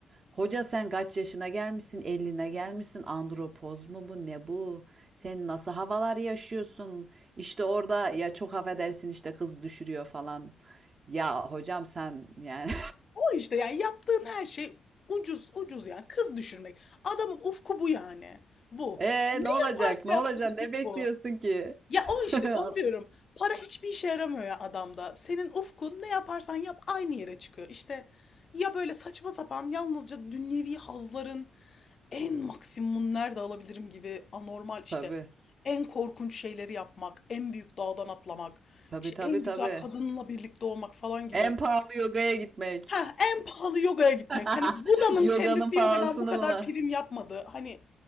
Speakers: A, on the right; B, on the left.
A: Hoca sen kaç yaşına gelmişsin? 50'ine gelmişsin. Andropoz mu bu? Ne bu? Sen nasıl havalar yaşıyorsun? İşte orada ya çok affedersin işte kız düşürüyor falan. Ya hocam sen yani
B: O işte yani yaptığın her şey ucuz ucuz yani kız düşürmek. Adamın ufku bu yani. Bu.
A: Ee
B: Ne
A: ne olacak?
B: yaparsa
A: Ne
B: yapsın
A: olacak?
B: ufku
A: Ne bekliyorsun
B: bu.
A: ki? <laughs>
B: Ya o işte onu diyorum. Para hiçbir işe yaramıyor ya adamda. Senin ufkun ne yaparsan yap aynı yere çıkıyor. İşte ya böyle saçma sapan yalnızca dünyevi hazların en maksimum nerede alabilirim gibi anormal işte
A: Tabii.
B: en korkunç şeyleri yapmak, en büyük dağdan atlamak,
A: Tabii
B: işte
A: tabii
B: en güzel
A: tabii.
B: kadınla birlikte olmak falan gibi.
A: En pahalı yogaya gitmek.
B: Ha, en pahalı yogaya gitmek.
A: <laughs>
B: Hani Buda'nın
A: Yoganın
B: kendisi
A: pahalısını
B: yogadan bu kadar
A: mı?
B: prim yapmadı. Hani